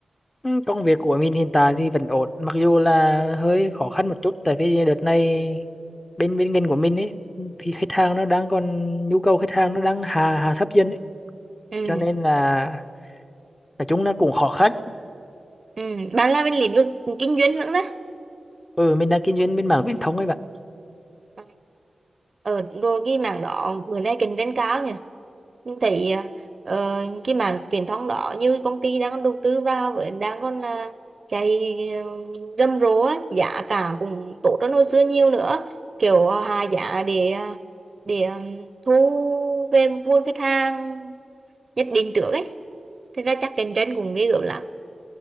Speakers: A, on the left; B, on the right.
A: ừ, công việc của mình hiện tại thì vẫn ổn, mặc dù là hơi khó khăn một chút, tại vì đợt này bên bên ngành của mình ấy thì khách hàng nó đang còn nhu cầu khách hàng nó đang hà hà thấp dần ấy.
B: ừ,
A: Cho nên là nói chung là cũng khó khăn.
B: ừ. bạn làm bên lĩnh vực kinh doanh vẫn đó
A: Ừ, mình đang kinh doanh bên mảng viễn thông ấy bạn.
B: Ờ, ờ, rồi cái mảng đó bữa nay cạnh tranh cao nhỉ nhưng thấy ờ, cái mảng truyền thông đó như công ty đang còn đầu tư vào với đang còn là chạy ờ, rầm rộ á giá cả cũng tốt hơn hồi xưa nhiều nữa kiểu ờ, hạ giá để ờ, để ờ, thu về nguồn khách hàng nhất định trước ấy thế ra chắc cạnh tranh cũng ghê gớm lắm